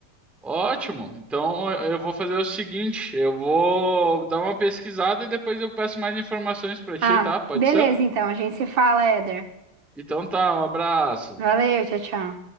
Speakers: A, in the centre; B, on the right (about 65°).
A: ótimo. Então eu eu vou fazer o seguinte, eu vou dar uma pesquisada e depois eu peço mais informações para ti,
B: Ah,
A: tá? Pode
B: beleza,
A: ser?
B: então. A gente se fala, Éder.
A: Então tá, um abraço.
B: Valeu, tchau, tchau.